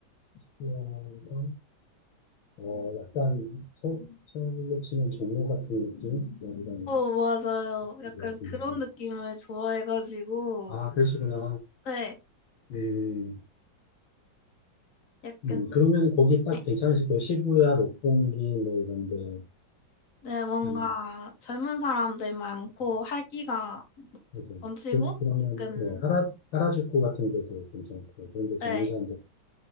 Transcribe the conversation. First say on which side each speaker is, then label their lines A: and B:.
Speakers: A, on the left; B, on the left.
A: 시부야가, 어, 약간, 서, 서울로 치면 종로 같은 느낌? 뭐 이런,
B: 어, 맞아요. 약간
A: 것 같은데.
B: 그런 느낌을 좋아해가지고,
A: 아, 그러시구나.
B: 네.
A: 음.
B: 약간,
A: 음, 그러면 거기
B: 네.
A: 딱 괜찮으실 거예요. 시부야, 로pongi 뭐 이런데
B: 네, 뭔가
A: 음,
B: 젊은 사람들 많고 활기가
A: 맞아요.
B: 넘치고,
A: 그, 그러면
B: 약간,
A: 네, 하라 하라주쿠 같은 데도 괜찮고요. 그런데 정리산도
B: 네.